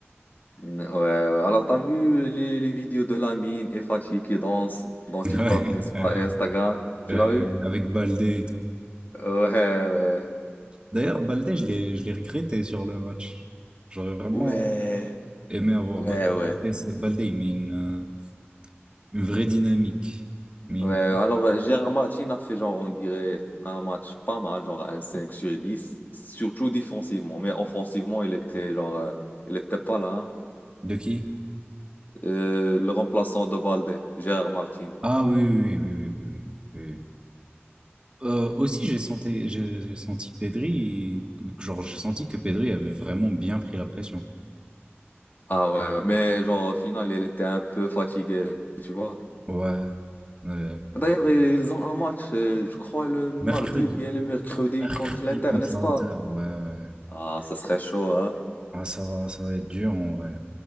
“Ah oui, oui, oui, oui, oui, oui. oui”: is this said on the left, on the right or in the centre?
Right